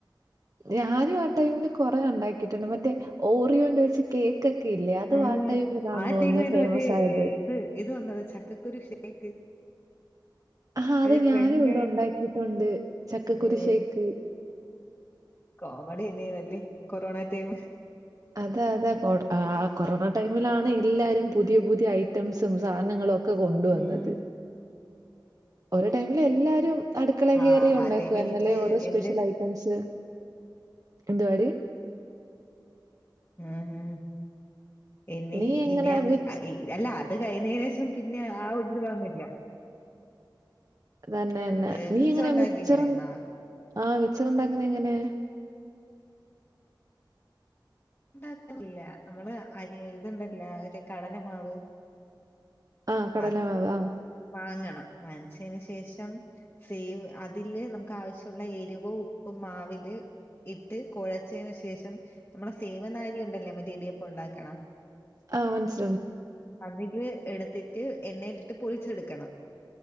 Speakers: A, on the right; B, on the left.
A: ഞാനും ആ ടൈമില് കൊറെ ഉണ്ടാക്കിട്ടുണ്ട് മറ്റേ ഓറിയോന്റെ വെച്ച് കേക്കൊക്കെ ഇല്ലേ അത്
B: ഉം.
A: ആ ടൈമിലാ
B: ആ
A: തോന്നുന്നേ
B: ടൈമായിരുന്നു
A: ഫേമസ്
B: മറ്റേ
A: ആയത്
B: ഏ, ഇത് ഇത് വന്നത് ചക്കക്കുരു ഷേക്ക്
A: ആഹാ അത്
B: ഏ
A: ഞാനും
B: പെൻ ഡ്രൈവ്
A: ഇവ്ടെ ഉണ്ടാക്കിട്ടുണ്ട് ചക്കക്കുരു
B: ഉം
A: ഷേക്ക്
B: കോമഡി തന്നെയനല്ലി കൊറോണ ടൈം.
A: അതെ അതെ കൊ കൊറോണ ടൈമിലാണ് എല്ലാരും പുതിയ പുതിയ ഐറ്റംസും സാധനങ്ങളൊ കൊണ്ടുവന്നത്
B: ഉം
A: ഓരോ ടൈമില് എല്ലാരും അടുക്കളെ
B: ആ
A: കയറി ഉണ്ടാക്കുആയിരുന്നല്ലേ
B: ആ ടൈം എനിക്ക്
A: ഓരോ സ്പെഷ്യൽ
B: എന്റെ
A: ഐറ്റംസ് എന്തുവാടി
B: ഉം ഉം ഇനി
A: നീ എങ്ങനെ
B: ഇനി അ
A: മിക്സ്
B: അല്ല അത് കഴിഞ്ഞതിന് ശേഷം പിന്നെ ആ ഒരുത് വന്നില്ല
A: അതന്നെന്നെ
B: ഏ
A: നീ എങ്ങനെ
B: ഉണ്ടാക്കി
A: മിച്ചർ
B: എങ്ങനെയെന്നാ
A: ആഹ് മിച്ചറുണ്ടാക്കുന്നത് എങ്ങനെ
B: ഉണ്ടാക്കുന്നില്ല നമ്മള് അരി ഇതുണ്ടല്ല ഒരു കടലമാവ്
A: ആഹ് കടലമാവ്
B: അത്
A: ആ
B: വാങ്ങണം വാങ്ങിച്ചയ്ന് ശേഷം. സേവ് അതില് നമുക്ക് ആവശ്യമുള്ള എരിവും ഉപ്പും മാവില് ഇട്ട് കുഴച്ചതിന് ശേഷം നമ്മളെ സേവനാരി ഉണ്ടല്ലേ മറ്റെടിയപ്പം ഉണ്ടാക്കണ
A: ആ മനസി
B: അതില് എടുത്തിട്ട് എണ്ണയിലിട്ട് പൊരിച്ചെടുക്കണം